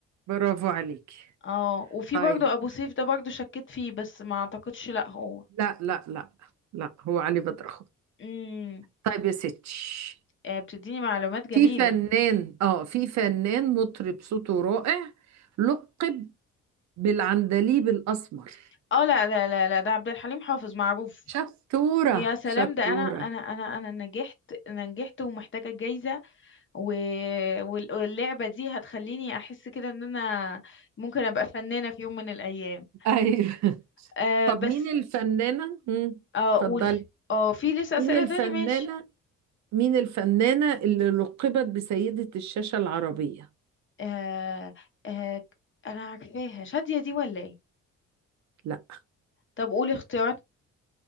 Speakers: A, on the right (about 65°); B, on the left (about 40°).
A: برافو عليك
B: اه وفي
A: طيب
B: برضه ابو سيف ده برضه شكيت فيه بس ما اعتقدش لا هو
A: لا لا لا لا هو علي بدرخو
B: امم
A: طيب يا ستي
B: آه بتديني معلومات جميله
A: في فنان اه في فنان مطرب صوته رائع لقب بالعندليب الأسمر
B: اه لا لا لا لا ده عبد الحليم حافظ معروف
A: شطورة
B: يا سلام
A: شطورة
B: ده انا انا انا انا نجحت انا نجحت ومحتاجه جايزه و... وال- واللعبه دي هتخليني احس كده ان انا ممكن ابقى فنانه في يوم من الايام
A: أيوة
B: آه
A: طب
B: بس
A: مين الفنانة؟ مم،
B: اه
A: اتفضلي
B: قولي اه في لسه
A: مين
B: اسئله
A: الفنانة
B: تاني ماشي
A: مين الفنانة اللي لقبت بسيدة الشاشة العربية؟
B: آه آه انا عارفاها شاديه دي ولا ايه
A: لا
B: طب قولي اختيارات